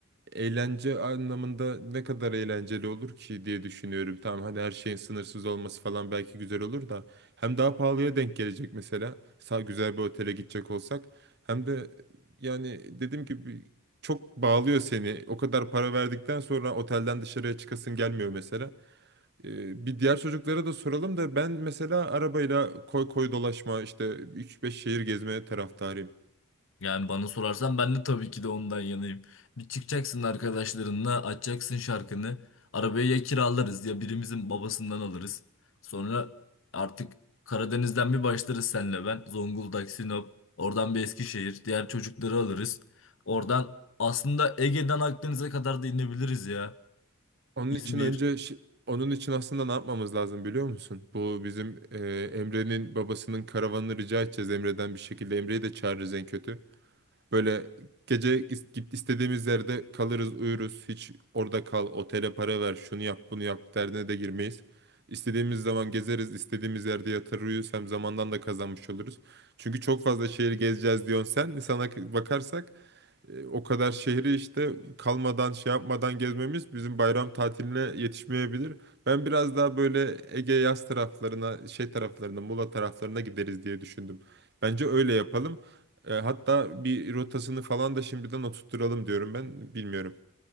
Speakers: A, on the right; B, on the left.
A: eğlence anlamında ne kadar eğlenceli olur ki diye düşünüyorum. Tamam hadi her şeyin sınırsız olması falan belki güzel olur da hem daha pahalıya denk gelecek mesela. Sağ güzel bir otele gidecek olsak hem de yani dediğim gibi çok bağlıyor seni. O kadar para verdikten sonra otelden dışarıya çıkasın gelmiyor mesela. Ee, bir diğer çocuklara da soralım da ben mesela arabayla koy koy dolaşma işte 3-5 şehir gezmeye taraftarıyım.
B: Yani bana sorarsan ben de tabii ki de ondan yanayım. Bir çıkacaksın arkadaşlarınla, açacaksın şarkını. Arabayı ya kiralarız ya birimizin babasından alırız. Sonra artık Karadeniz'den bir başlarız senle ben. Zonguldak, Sinop, oradan bir Eskişehir, diğer çocukları alırız. Oradan aslında Ege'den Akdeniz'e kadar da inebiliriz ya.
A: Onun
B: İzmir.
A: için önce şi- onun için aslında ne yapmamız lazım biliyor musun? Bu bizim e, Emre'nin babasının karavanını rica edeceğiz Emre'den bir şekilde. Emre'yi de çağırırız en kötü. Böyle gece is- git istediğimiz yerde kalırız, uyuruz. Hiç orada kal, otele para ver, şunu yap, bunu yap derdine de girmeyiz. İstediğimiz zaman gezeriz, istediğimiz yerde yatar uyuruz. Hem zamandan da kazanmış oluruz. Çünkü çok fazla şehir gezeceğiz diyorsun sen. Sana k- bakarsak e, O kadar şehri işte kalmadan şey yapmadan gezmemiz bizim bayram tatiline yetişmeyebilir. Ben biraz daha böyle Ege yaz taraflarına, şey taraflarına, Muğla taraflarına gideriz diye düşündüm. Bence öyle yapalım. E, hatta bir rotasını falan da şimdiden oturtturalım diyorum ben. Bilmiyorum.